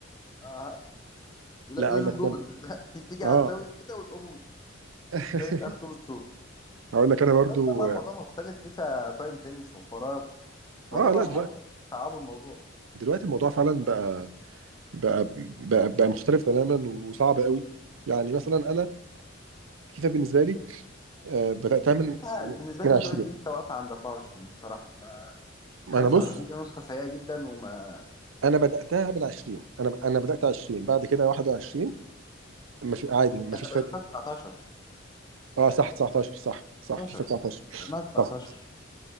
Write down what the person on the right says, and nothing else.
لا اقول
لك
كم
اه
<laughs>
هقول لك انا برضو
اه
لا دلوقتي
دلوقتي الموضوع فعلا بقى بقى بقى, بقى مختلف تماما وصعب قوي يعني مثلا انا فيفا بالنسبه لي آه بداتها من
من
20
ما
انا بص
انا بداتها من 20 انا انا بدات 20 بعد كده 21 ما في عادي ما
فيش
فرق
اه صح 19 صح صح
فيفا 19
صح